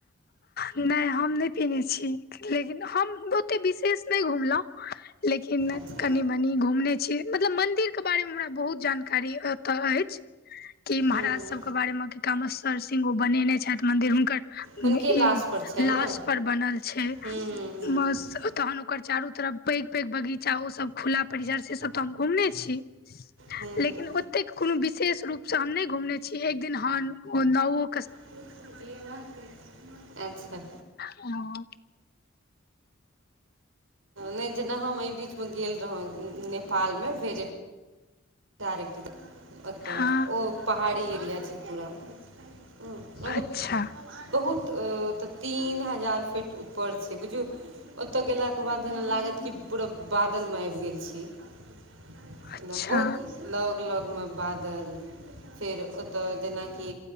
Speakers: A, on the left; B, on the right.
A: नहि हम नहि पीने छी। लेकिन हम ओते विशेष नहि घुमलहुँ। लेकिन
B: अच्छा
A: कनि मनी घुमने छी, मतलब मंदिर के बारे मे हमरा बहुत जानकारी ओत अइछ, कि महाराज
B: हूँ हूँ
A: सब के बारे मे कमेश्वर सिंह ओ बनेने छथि मदिर हुनकर,
B: हुनके
A: ई
B: लाशपर छनि
A: लाश
B: ने
A: पर बनल छै।
B: हूँ हूँ
A: बस तहन ओकर चारू तरफ पैग पैग बगीचा ओ सब खुला परिजर से सब तऽ हम घुमने छी।
B: हूँ
A: लेकिन
B: हूँ
A: ओतेक कोनो विशेष रूपसं हम नै घुमने छी, एक दिन हं नाओ
B: <unintelligible> अच्छा।
A: हं
B: नै जेना हम ऐ बीचमे गेल रहौं ने नेपालमे भेडे टार <unintelligible> ओत
A: हँ
B: ओ पहाड़ी एरिया छै पूरा। <unintelligible>
A: अच्छा
B: बहुत तीन हजार फिट ऊपर छै बुझिऔ ओत गेलाके बाद जेना लागत कि पूरा बादलमे आबि गेल छी। <unintelligible>
A: अच्छा
B: बहुत लग लगमे बादल फेर ओत जेनाकि